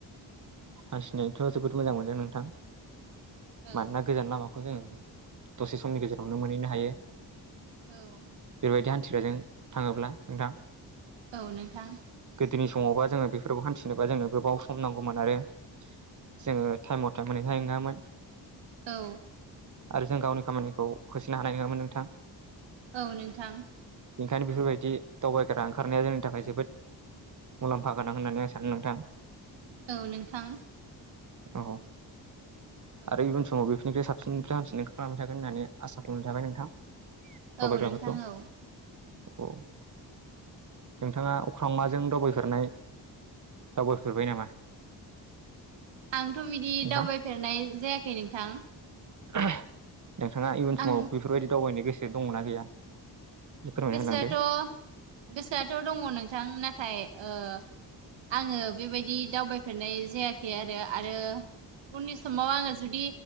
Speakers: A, on the right; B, on the right.
A: हान्थिनायथ' जोबोद मोजां मोनो नोंथां।
B: औ
A: मानोना गोजान लामाखौ जोङो दसे समनि गेजेरावनो मोनहैनो हायो।
B: औ।
A: बेबायदि हान्थिग्राजों थाङोब्ला नोंथां
B: औ नोंथां।
A: गोदोनि समावबा जोङो बेफोरखौ हान्थिनोबा जोंनो गोबाव सम नांगौमोन आरो जोङो टाइमाव मटे मोनैहाय नङामोन‌।
B: औ।
A: आरो जों गावनि खामानिखौ होसोनो हानाय नङामोन नोंथां।
B: औ नोंथां।
A: ओंखायनो बेफोरबायदि दावबायग्रा ओंखारनाया जोंनि थाखाय जोबोद मुलाम्फागोनां होननानै आं सानो नोंथां
B: औ नोंथां
A: औ
B: औ
A: आरो इयुन समाव बेफोरनिफ्राय सा साबसिनिफ्राय हामसिन ओंखार खालामबाय थागोन होननानै आसा खालामनाय थाबाय नोंथां। दबायग्राफोरखौ
B: औ नोंथां औ
A: औ नोंथाङा अख्रांमाजों दावबायफेरनाय दावबायफेरबाय नामा?
B: आंथ' बिदि
A: नोंथां
B: दावबायफेरनाय जायाखै नोंथां
A: <unintelligible> नोंथाङा इयुन
B: आं
A: समाव बेफोरबायदि दावबायनो गोसो दङ ना गैया? एसे फोरमायना
B: गोसोआथ'
A: होलांदो
B: गोसोआथ' दङ नोंथां नाथाय ओ आंङो बेबायदि दावबायफेरनाय जायाखै आरो आरो उननि समाव आंङो जुदि